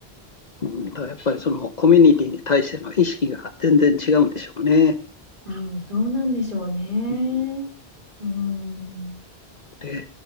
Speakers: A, on the left; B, on the right.
A: うん、だからやっぱりそのコミュニティに対しての意識が全然違うんでしょうね。
B: うん、そうなんでしょうね。
A: うん、
B: うーん。
A: で